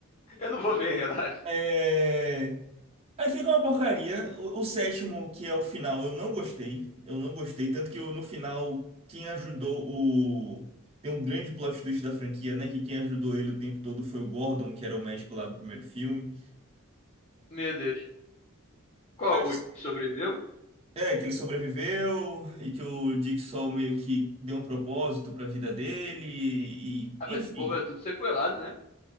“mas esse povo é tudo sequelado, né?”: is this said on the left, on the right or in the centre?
Left